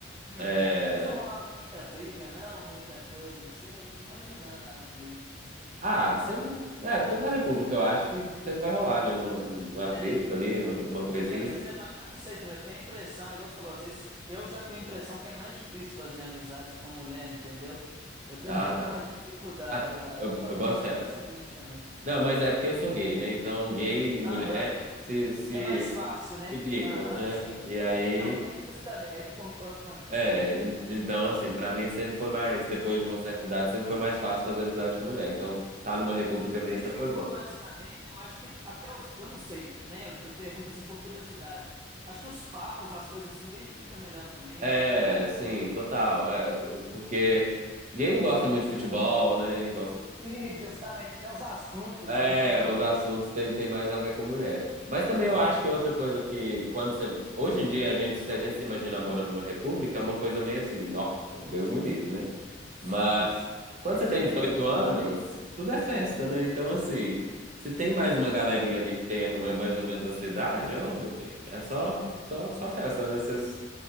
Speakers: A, on the right; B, on the right.
A: Uhum.
B: é,
A: Mas não rolava muita briga, não, muita coisa assim. Eu fico imaginando às vezes.
B: Ah, sempre. É, toda a República, eu acho que sempre vai rolar, né? Uma, um- uma
A: É,
B: treta ali, uma, uma
A: fala
B: coisinha.
A: assim, às vezes é mais, eu não sei também, eu tenho impressão, igual você falou, às vezes eu já tenho impressão que é mais difícil fazer amizade com mulher, entendeu? Eu tenho
B: Ah,
A: um <laughs> pouco
B: tá.
A: mais de dificuldade,
B: Ah,
A: eu acho.
B: eu,
A: Não,
B: eu boto
A: talvez
B: fé.
A: é coisa minha também.
B: Não, mas é porque eu sou gay, né? Então, gay e mulher
A: Aham.
B: se, se,
A: É mais fácil, né?
B: se bicam,
A: Aham,
B: né?
A: sim.
B: E aí.
A: Não, tem isso também, aí eu concordo contigo.
B: É,
A: <laughs>
B: en- então, assim, pra mim sempre foi mais. Depois de uma certa idade, sempre foi mais fácil fazer amizade com mulher. Então, tá numa República
A: Identificou,
B: mista foi bom.
A: mas também, né? Eu acho que até os. Eu não sei, né? Eu, eu pergunto assim por curiosidade. Acho que os papos, as coisas assim, identifica melhor também,
B: É,
A: né?
B: sim, total. É, o- porque gay não gosta muito de futebol, né? Gosta,
A: Sim, <laughs> justamente, até os assuntos,
B: É,
A: né?
B: os assuntos têm, têm mais a ver com mulher. Mas também eu acho que outra coisa que, quando você.
A: Hum,
B: Hoje em dia, a gente, se a gente se imagina morando numa república, é uma coisa meio assim, nossa, Deus me livre, né?
A: sim,
B: Mas
A: sim.
B: quando
A: É
B: você
A: diferente,
B: tem 18
A: justamente.
B: anos, tudo é festa, né? Então, assim, se tem mais uma galerinha ali que tem mais ou menos a sua idade, ô, meu bem, é só, só, só festa, né? Você